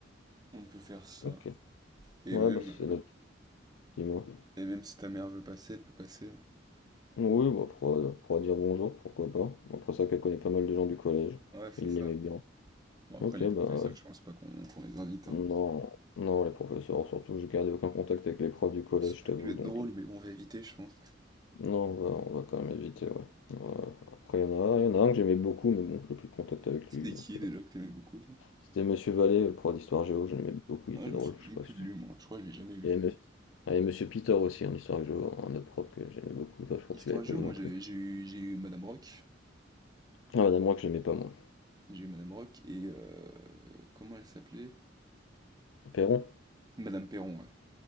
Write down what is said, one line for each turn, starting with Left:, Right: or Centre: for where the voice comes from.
Right: On peut faire ça.
Left: Ok.
Right: Et
Left: Ouais,
Right: même,
Left: bah c'est
Right: euh,
Left: notre dis-moi.
Right: et même si ta mère veut passer, elle peut passer. hein.
Left: Oui, bah pourra, pourra dire bonjour, pourquoi pas. Après ça, qu'elle connaît pas mal de gens du collège.
Right: Ouais, c'est
Left: Il
Right: ça.
Left: l'aimait bien.
Right: Bon, après,
Left: Ok,
Right: les professeurs,
Left: bah
Right: je pense pas qu'on qu'on les invite. hein.
Left: non, non, les professeurs, surtout, j'ai gardé aucun contact avec les profs du collège,
Right: Ça
Left: je
Right: aurait
Left: t'avoue,
Right: pu être
Left: donc.
Right: drôle, mais bon, on va éviter, je pense.
Left: Non, on va, on va quand même éviter, ouais. Ouais, après, il y en a, il y en a un que j'aimais beaucoup, mais bon, je n'ai plus de contact avec
Right: C'était
Left: lui, donc.
Right: qui
Left: euh,
Right: déjà que t'aimais beaucoup, toi?
Left: C'était Monsieur Vallée, le prof d'histoire géo, je l'aimais beaucoup,
Right: Ouais,
Left: il était
Right: je
Left: drôle,
Right: me souviens
Left: je sais
Right: même
Left: pas
Right: plus
Left: si
Right: de lui, moi. Je crois que je l'ai jamais eu.
Left: Il y avait, M- il y avait Monsieur Pitor aussi en histoire que je, un autre prof que j'aimais beaucoup. Toi, je crois
Right: Histoire
Left: que tu l'avais pas
Right: géo,
Left: eu non
Right: moi, j'ai
Left: plus.
Right: j'ai eu, j'ai eu Madame Rock.
Left: Ah, Madame Roy, que je l'aimais pas moi.
Right: J'ai eu Madame Rock et euh, comment elle s'appelait?
Left: Perron?
Right: Madame Perron, ouais.